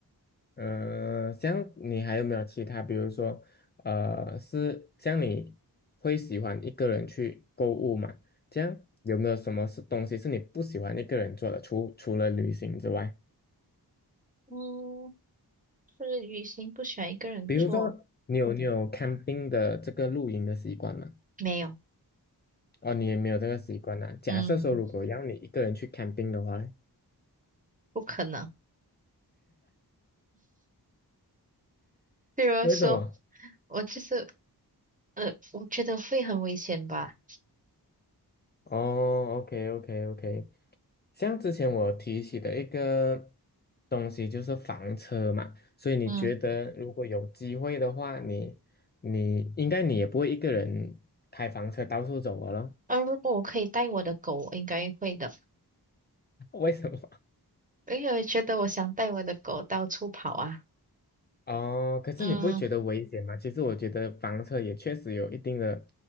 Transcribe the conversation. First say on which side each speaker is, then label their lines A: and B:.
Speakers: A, on the left (about 25°); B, on the right (about 20°).
A: 呃，像你还有没有其他，比如说，呃，是像你会喜欢一个人去购物嘛？这样有没有什么是东西是你不喜欢一个人做的？除除了旅行之外，
B: 嗯，就是旅行不喜欢一个人做，
A: 比如说你有你嗯有看病的这个露营的习惯吗？
B: 没有，
A: 哦，你也没有这个习惯啊。假设说，
B: 嗯，
A: 如果让你一个人去看病的话，
B: 不可能。比如说，
A: 为什么？
B: 我就是呃，我觉得会很危险吧。
A: 哦，OK OK OK，像之前我提起的一个东西就是房车嘛，所以你觉得如果有机会的话，
B: 嗯，
A: 你你应该你也不会一个人开房车到处走了咯
B: 呃，如果我可以带我的狗，我应该会的，
A: <laughs> 为什么？
B: 因为我觉得我想带我的狗到处跑啊。
A: 哦，可是你不会觉得危险吗？
B: 嗯
A: 其实我觉得房车也确实有一定的